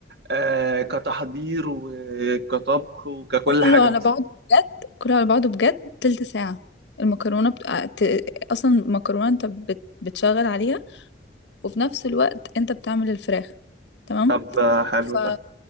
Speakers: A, on the right; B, on the left.
A: آه كتحضير وكطبخ وككل
B: كله
A: حاجة
B: على
A: مثلا
B: بعضه بجد كله على بعضه بجد تلت ساعة المكرونة بت... آه، ت... أصلا المكرونة أنت بت... بتشغل عليها وفي نفس الوقت أنت بتعمل الفراخ تمام
A: طب آه، حلو
B: ف
A: ده